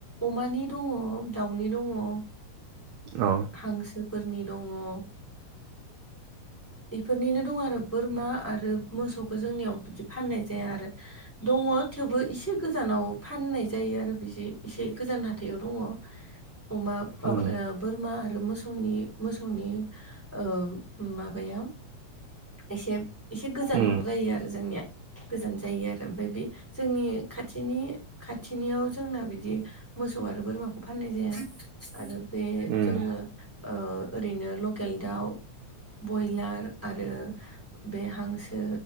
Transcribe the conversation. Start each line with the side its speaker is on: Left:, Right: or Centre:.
Centre: अमानि दङ दाउनि दङ ओ
Right: अ
Centre: हांसोफोरनि दङ ओ इफोरनिनो दं आरो बोरमा आरो मोसौखौ जोंनियाव बिदि फाननाय जाया आरो दङ थेवबो एसे गोजानाव फाननाय जायो आरो बिदि एसे गोजान हाथायाव दङ। अमा माबा
Right: उम
Centre: ओ बोरमा आरो मोसौनि मोसौनि ओ माबाया एसे एसे गोजान
Right: उम
Centre: नांगौ जायो आरो जोंनिया। गोजान जायो आरो ओमफाय बे जोंनि खाथिनि खाथिनियाव जोंना बिदि मोसौ आरो बोरमाखौ फाननाय जाया आरो बे
Right: उम
Centre: जोङो ओरैनो लकेल दाउ बयलार आरो बे हांसो